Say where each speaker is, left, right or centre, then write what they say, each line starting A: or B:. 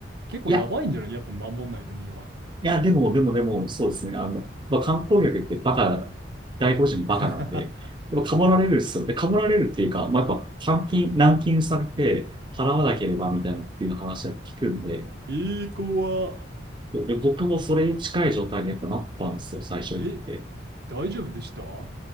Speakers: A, on the right; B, on the right.
A: 結構やばいんじゃないやっぱ守んないと身は。
B: いや、いや、でも、でも、でも、そうですね。あの、まあ、観光客ってバカな、外国人もバカなんで、
A: <laughs>
B: でも、かもられるっすよ。で、かもられるっていうか、まあ、やっぱ、監禁、軟禁されて、払わなければみたいなっていう話は聞くんで、
A: ええ子は、
B: で、僕もそれに近い状態にやっぱなったんですよ、最初行って。
A: え、大丈夫でしたお